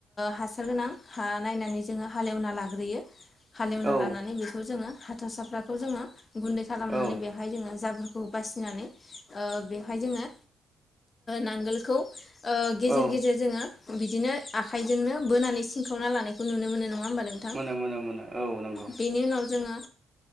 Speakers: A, on the left; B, on the right.
A: हासार गोनां हा नायनानै जोङो हालेवना लाग्रोयो। हालेवना
B: औ
A: लानानै बेखौ जोङो हाथारसाफ्राफोरखौ जोङो गुन्दै खालामनानै
B: औ
A: बेवहाय जोङो जोरफोरखौ बासिनानै बेवहाय जोङो नांगोलखौ गेजेर
B: औ
A: गेजेर जोङो बिदिनो आखाइजोंनो बोनानै सिनखावना लानायखौ नुनो मोनो नङा होमबा नों
B: मोनो मोनो मोनो औ नंगौ
A: बेनि उनाव जोङो